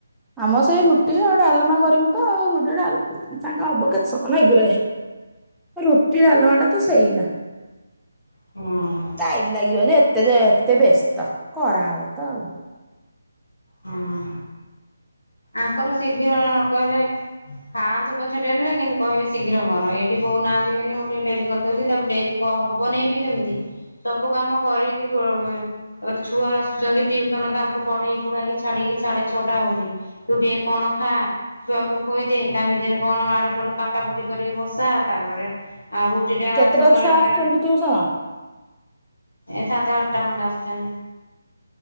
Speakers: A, in the centre; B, on the left.
A: ଆମ ସେଇ ରୁଟି ଆ ଗୋଟେ ଆଲମା କରିବୁ ତ ଆଉ ରୁଟିଟଲ ସାଙ୍ଗେ ହବ କେତେ ସମୟ ଲାଗିବା। ରୋଟି ଲଆା ତ ସହି ନା
B: ହଁ।
A: ଟାଇମ ଲାଗିବ ଯେ ଏତେ ଯେ ଏତେ ବସ୍ତ କରାହବ ତ ଆଉ
B: ହୁଁ ଆଙ୍କର ଶୀଘି୍ର ନକଲେ ଖାଆନ୍ତୁ ପଛ ଡେରିରେ କିନ୍ତୁ କହିବେ ଶୀଘ୍ର ଘର ଏଇଠି ବୋଉ ନାହାନ୍ତି ବୋଲି ମୁଁ ଟିକେ ଡେରି କରିଦେଉଛି ତା ଡେରି କ ହବନାଇଁ ବି କେମିତି ସବୁ କାମ କରିକି ତାପରେ ଛୁଆ ଆସୁଛନ୍ତି ଟିଉସନ ତାଙ୍କୁ ପଢେଇ ୁଡାକି ଛାଡିକି ସାଢେ ଛଅଟା ହଉଛି ତୁ ଟିକେ କଣ ଖା ଛୁଆକୁ ଖ କହିଦେଇ ତା ଭିତରେ କଣ ଆଡୁ ସଡୁ କାଟା କଟି କରିକି ବସା ତାପରେ ଆଉ ରୁଟି ଟା
A: କେତେଟା
B: ଥକା
A: ଛୁଆ
B: ଲାଗିଲା।
A: ଆସୁଛନ୍ତି ଟିଉସନ?
B: ଏ ସାତ ଆଠଟା ଖଣ୍ଡେ ଆସୁଛନ୍ତି।